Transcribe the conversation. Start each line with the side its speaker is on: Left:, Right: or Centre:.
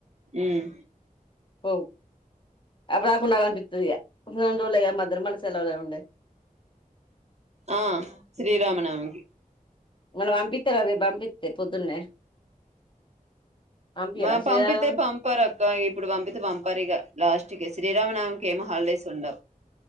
Right: ఉమ్
Left: ఓ అప్పుడు దాకా ఉండాలనిపిస్తదిగా రెండు రోజులే కదా మల్ల సెలవలు ఏముండై
Right: ఆ శ్రీరామనవమికి
Left: మళ్ళ పంపిస్తారా రేపు పంపిస్తే పొద్దున్నే పంపియ్యరా
Right: మా
Left: శ్రీరామనవమి
Right: పంపితే పంపారు అక్క ఇప్పుడు పంపితే పంపారు ఇక లాస్ట్ కి శ్రీరామనావమికి ఏమ్ హాలిడేస్ ఉండవు